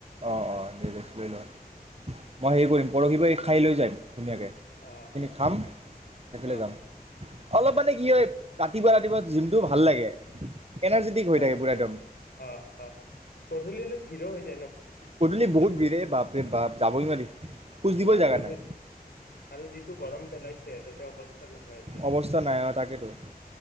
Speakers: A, on the right; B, on the left.
A: অ অ নিৰ্দেশ লৈ লোৱা মই হেৰি কৰিম পৰহি ব খাই লৈ যাম ধুনীয়াকে সখিনি
B: অ অ
A: খাম খাই পেলাই
B: আহ
A: যাম অলপ
B: কাইলৈ
A: মানে কি
B: গৰু
A: হয় ৰাতিপুৱা ৰাতিপুৱা জিমটো ভাল লাগে এনাৰ্জেটিক হৈ
B: ৰাতিপুৱ
A: থাকে পূৰা একদম
B: অ অ গধূলি অলপ ভিৰো হৈছে
A: গধূলি বহুত ভিৰ এ বাপৰে বাপ যাবই নোৱাৰি খোজ দিবই
B: আৰু
A: জেগা
B: গধূল
A: নাই
B: আৰু যিটো গৰম পেলাইছে অৱস্থা নোহোৱাই যায়
A: অৱস্থা নাই অ তাকেইেতটো